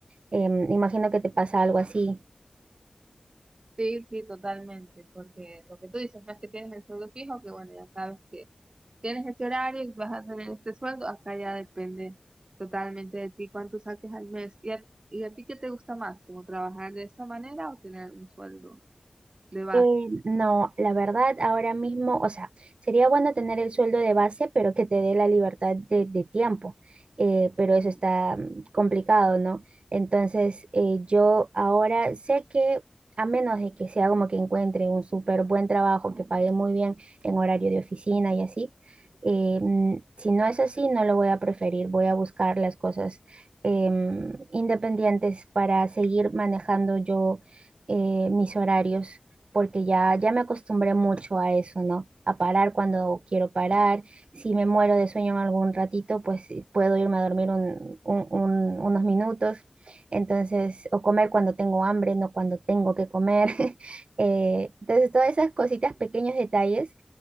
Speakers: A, on the right; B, on the right.
A: Em, imagino que te pasa algo así.
B: Sí, sí, totalmente, porque lo que tú dices no es que tienes el sueldo fijo, que bueno, ya sabes que tienes ese horario y vas a tener este sueldo, acá ya depende totalmente de ti cuánto saques al mes. ¿Y a, y a ti qué te gusta más? ¿Como trabajar de esa manera o tener un sueldo de base?
A: Eh, no, la verdad, ahora mismo, o sea, sería bueno tener el sueldo de base, pero que te dé la libertad de, de tiempo, eh, pero
B: Mm,
A: eso está mm, complicado, ¿no? Entonces, eh, yo ahora sé que a menos de que sea como que encuentre un súper buen trabajo que pague muy bien en horario de oficina y así, eh, mm, si no es así, no lo voy a preferir, voy a buscar las cosas em, independientes para seguir manejando yo eh, mis horarios porque ya, ya me acostumbré mucho a eso, ¿no? A parar cuando quiero parar. Si me muero de sueño en algún ratito, pues sí, puedo irme a dormir un- un- un- unos minutos. Entonces, o comer cuando tengo hambre, no cuando tengo que comer. <laughs> Eh, entonces, todas esas cositas, pequeños detalles,